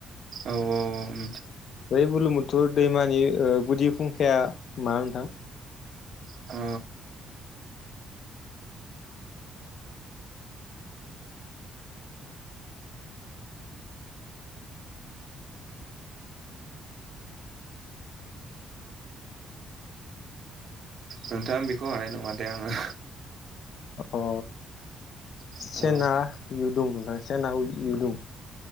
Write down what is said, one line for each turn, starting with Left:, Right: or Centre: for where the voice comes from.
Right: औ औ औ उम
Left: बै बुर्लुंबुथुर दैमा नि ओ गुदि फुंखाया मा नोंथां?
Right: अ नोंथां आं बिखौ हानाय नङा दे आङो
Left: अ
Right: औ
Left: चेना इउ दंदां सेना <unintelligible> इयो दुं